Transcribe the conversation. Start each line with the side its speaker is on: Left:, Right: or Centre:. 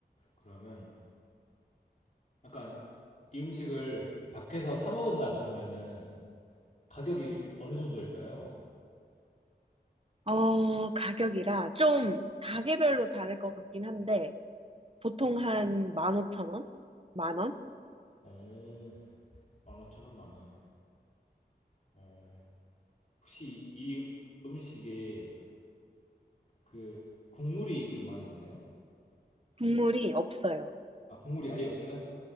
Left: 그러면 약간 이 음식을 밖에서 사 먹은다 그러면은 가격이 어느 정도일까요?
Right: 어, 가격이라 좀 가게별로 다를 것 같긴 한데, 보통 한 15,000원? 만 원?
Left: 오, 15,000원, 만 원. 어, 혹시 이 음식에 그 국물이 좀 많이 있나요?
Right: 국물이 없어요.
Left: 아, 국물이 아예 없어요?